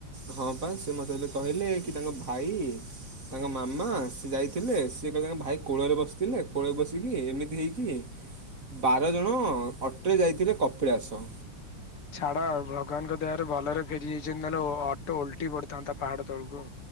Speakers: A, on the right; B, on the left.
A: ହଁ ପା ସେ ମତେ କହିଲେ କି ତାଙ୍କ ଭାଇ ତାଙ୍କ ମାମା ସିଏ ଯାଇଥିଲେ ସିଏ କହିଲେ ତାଙ୍କ ଭାଇ କୋଳରେ ବସିଥିଲେ କୋଳରେ ବସିକି ଏମିତି ହେଇକି ବାର ଜଣ ଅଟେରେ ଯାଇଥିଲେ କପିଳାସ।
B: ଛାଡ଼ ଆଉ ଭଗବାନଙ୍କ ଦୟାରୁ ଭଲରେ ଫେରି ଯାଇଛନ୍ତି ନହେଲେ ଅଟୋ ଓଲଟି ପଡ଼ିଥାନ୍ତା ପାହାଡ଼ ତଳକୁ।